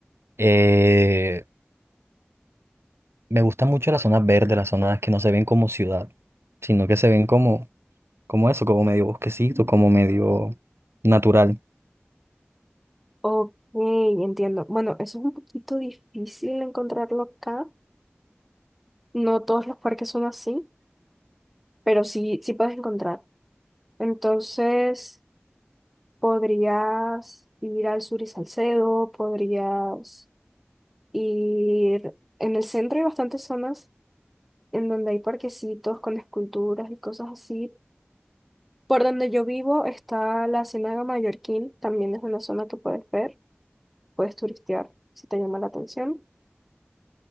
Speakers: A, on the right; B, in the centre.
A: Eh, me gusta mucho las zonas verdes, las zonas que no se ven como ciudad, sino que se ven como, como eso, como medio bosquecito, como medio natural.
B: Ok, entiendo. Bueno, eso es un poquito difícil encontrarlo acá. No todos los parques son así, pero sí, sí puedes encontrar. Entonces, podrías ir al Sur y Salcedo, podrías ir en el centro hay bastantes zonas en donde hay parquecitos con esculturas y cosas así, Por donde yo vivo está la Ciénaga Mallorquín, también es una zona que puedes ver, puedes turistear si te llama la atención.